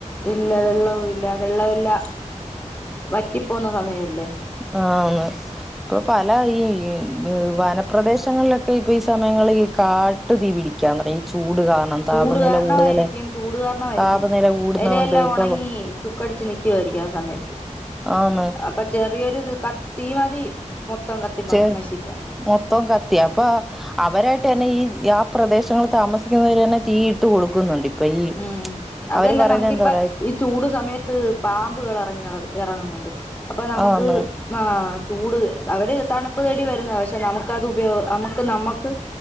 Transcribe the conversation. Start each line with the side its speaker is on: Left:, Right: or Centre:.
Left: ഇല്ല വെള്ളവും ഇല്ല വെള്ളമെല്ല വറ്റിപ്പോവുന്ന സമയല്ലേ
Centre: ആ ഇപ്പൊ പല ഈ വനപ്രദേശങ്ങളിലൊക്കെ ഇപ്പൊ ഈ സമയങ്ങള ഈ കാ തീ പിടിക്കാ തുടങ്ങി ചൂട് കാരണം താപനില
Left: ചൂട് കാരണമായിരിക്കും
Centre: കൂടുതല്
Left: ചൂട് കാരണമായിയിരിക്കും
Centre: താപനില കൂടുന്നോണ്ട്
Left: ഇലയെല്ലാം
Centre: ഇപ്പൊ
Left: ഉണങ്ങി ചുക്കടിച്ച് നിക്കായിരിക്കും ആ സമയത്ത്
Centre: ആണ്
Left: ഇപ്പൊ ചെറിയൊരു ഇത് തീ കത്തി മതി മൊത്തം കത്തി
Centre: ചെ
Left: നശിക്കാ
Centre: മൊത്തം കത്തിയാപ്പ അവരായിട്ട് തന്നെ ഈ ആ പ്രദേശങ്ങിൽ താമസിക്കുന്നവര് തന്നെ തീയിട്ടു കൊടുക്കുന്നുണ്ട് അപ്പ ഈ
Left: ഉം അതല്ല
Centre: അവര് പറയണത്
Left: നമുക്കിപ്പ
Centre: എന്താ പറയാ
Left: ഈ ചൂട് സമയത്ത് പാമ്പുകൾ ഇറങ്ങി ഇറങ്ങുന്നുണ്ട് അപ്പൊ നമുക്ക്
Centre: ആന്ന്
Left: ആ ചൂട് അവര് തണുപ്പ് തേടി വരുന്ന പക്ഷെ നമുക്ക്ത് ഉപയോഗ നമുക്ക് നമ്മുക്ക്